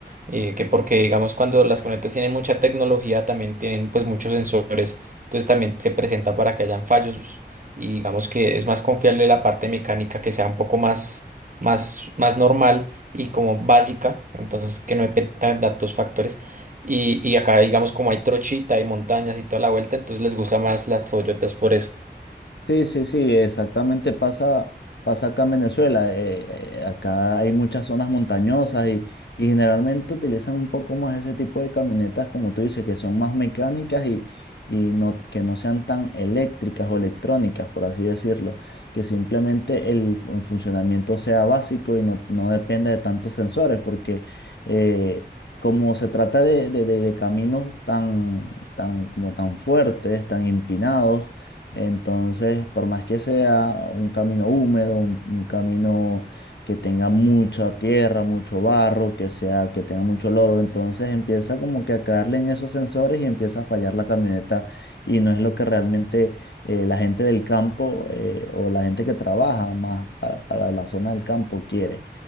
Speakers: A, on the right; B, on the left.
A: eh, que porque digamos cuando las conectas tienen mucha tecnología también tienen pues muchos sensores, entonces también se presenta para que hayan fallos y digamos que es más confiable la parte mecánica que sea un poco más, más, más normal y como básica, entonces que no dependa de datos factores. Y, y acá digamos como hay trochita y montañas y toda la vuelta, entonces les gusta más las Toyotas por eso.
B: Sí, sí, sí, exactamente pasa, pasa acá en Venezuela. eh, eh, acá hay muchas zonas montañosas y, y generalmente utilizan un poco más ese tipo de camionetas, como tú dices, que son más mecánicas y, y no, que no sean tan eléctricas o electrónicas, por así decirlo. Que simplemente el, fun- funcionamiento sea básico y no, no dependa de tantos sensores, porque eh, como se trata de, de- de- de caminos tan, tan, como tan fuertes, tan empinados, entonces, por más que sea un camino húmedo, un, un camino que tenga mucha tierra, mucho barro, que sea, que tenga mucho lodo, entonces empieza como que a caerle en esos sensores y empieza a fallar la camioneta. Y no es lo que realmente eh, la gente del campo eh, o la gente que trabaja más para, para la zona del campo quiere.